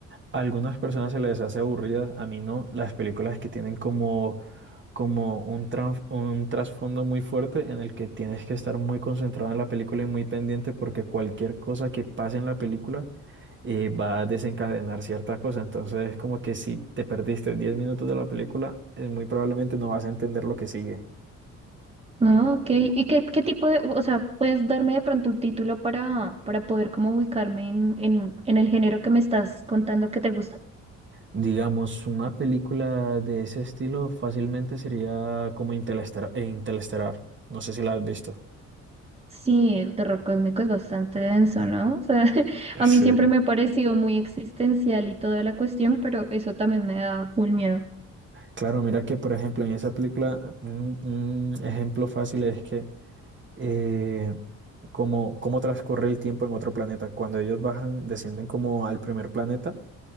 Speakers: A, on the right (about 40°); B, on the right (about 20°).
A: A algunas personas se les hace aburridas, a mí no, las películas que tienen como, como un, tran- un trasfondo muy fuerte en el que tienes que estar muy concentrado en la película y muy pendiente porque cualquier cosa que pase en la película eh, va a desencadenar cierta cosa. Entonces, como que si te perdiste 10 minutos de la película, eh, muy probablemente no vas a entender lo que sigue.
B: No, ok. ¿Y qué, qué tipo de, o sea, puedes darme de pronto un título para, para poder como ubicarme en, en, en el género que me estás contando que te gusta?
A: Digamos, una película de ese estilo fácilmente sería como Interestelar. eh, Interestelar. No sé si la has visto.
B: Sí, el terror cósmico es bastante denso, ¿no? O sea, <laughs> a
A: Sí.
B: mí siempre me ha parecido muy existencial y toda la cuestión, pero eso también me da full miedo.
A: Claro, mira que, por ejemplo, en esa película, un, un ejemplo fácil es que eh, como, cómo transcurre el tiempo en otro planeta. Cuando ellos bajan, descienden como al primer planeta,